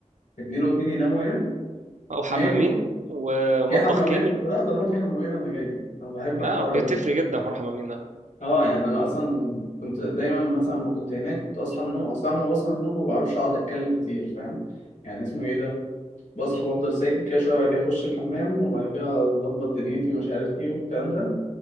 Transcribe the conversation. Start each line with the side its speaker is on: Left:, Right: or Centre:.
Left: اتنين واتنين يناموا هنا
Right: أو حمامين
Left: ما
Right: ومطبخ
Left: في حمامين
Right: كامل
Left: لا طالما في حمامين انا جاي انا بحب
Right: لا
Left: حوار
Right: بتفرق
Left: ال-
Right: جدا حوار حمامين ده
Left: اه يعني انا اصلا كنت دايما مثلا ما كنت هناك كنت اصحى من النوم اصلا ما بصحى من النوم ما بعرفش اقعد اتكلم كتير فاهم يعني اسمه ايه ده بصحى بفضل ساكت كده شويه بعد كده اخش الحمام وبعد كده اظبط دنيتي ومش عارف ايه والكلام ده